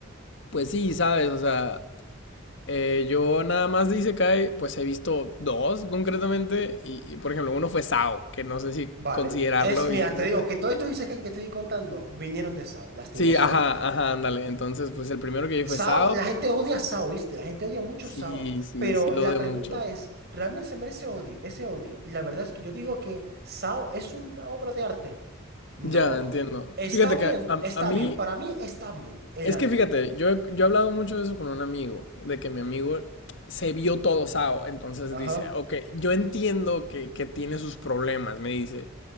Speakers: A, on the left; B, on the right.
A: Pues sí, sabes, o sea, eh, yo nada más de Isekai, pues he visto dos concretamente, y, y, por ejemplo, uno fue Sao, que no sé si
B: vale.
A: considerarlo.
B: Es, mira,
A: y- y-
B: te digo que todos estos isekais que te estoy contando vinieron de Sao, lastimosamente.
A: sí, ajá, ajá, ándale. Entonces, pues el primero que vi
B: Sao,
A: fue Sao,
B: la gente odia a Sao, ¿viste? La gente odia mucho
A: sí,
B: a Sao.
A: sí,
B: Pero
A: sí lo
B: la
A: de
B: pregunta
A: mucho.
B: es, ¿realmente se merece odio, ese odio? Y la verdad es que yo digo que Sao es una obra de arte. No.
A: Ya, entiendo.
B: Está
A: Fíjate
B: bien,
A: que a,
B: está
A: a mí,
B: bien. Para mí está bien el
A: es
B: anime.
A: que fíjate, yo, he- yo he hablado mucho de eso con un amigo, de que mi amigo se vio todo Sao, entonces
B: Ajá.
A: dice, ok, yo entiendo que, que tiene sus problemas, me dice.